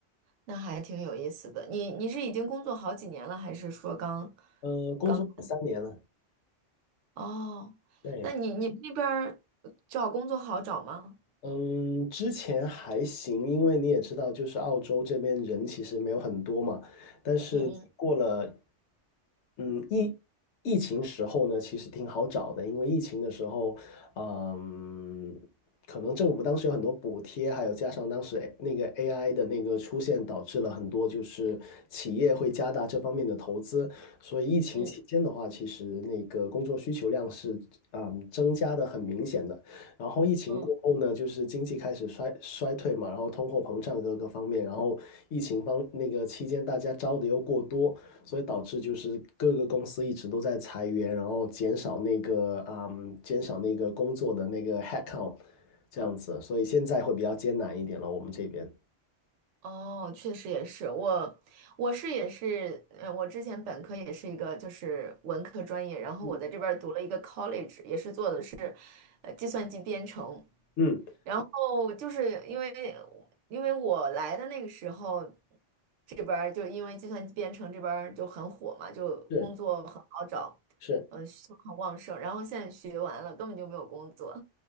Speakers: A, on the right; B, on the left.
A: 那还挺有意思的。你你是已经工作好几年了，还是说刚
B: 呃，工作了三年了，
A: 刚？哦，
B: 对，
A: 那你你们那边儿找工作好找吗？
B: 嗯，之前还行，因为你也知道，就是澳洲这边人其实没有很多嘛。但是过了，
A: 嗯嗯
B: 嗯，疫疫情时候呢，其实挺好找的，因为疫情的时候，嗯，可能政府当时有很多补贴，还有加上当时 A- 那个 AI 的那个出现，导致了很多就是企业会加大这方面的投资。所以疫情期间的话，
A: 嗯
B: 其实那个工作需求量是嗯增加的很明显的。然后疫情过后呢，
A: 嗯，
B: 就是经济开始衰衰退嘛，然后通货膨胀各个方面，然后疫情方那个期间大家招的又过多，所以导致就是各个公司一直都在裁员，然后减少那个嗯减少那个工作的那个 headcount 这样子，所以现在会比较艰难一点了，我们这边。
A: 哦，确实也是，我我是也是，呃，我之前本科也是一个就是文科专业，然后我在这边儿读了一个
B: 嗯
A: college，也是做的是，呃，计算机编程。
B: 嗯，
A: 然后就是因为因为我来的那个时候，这边儿就是因为计算机编程这边儿就很火嘛，就工作很好找，
B: 是是。
A: 嗯，需求很旺盛。然后现在学完了，根本就没有工作，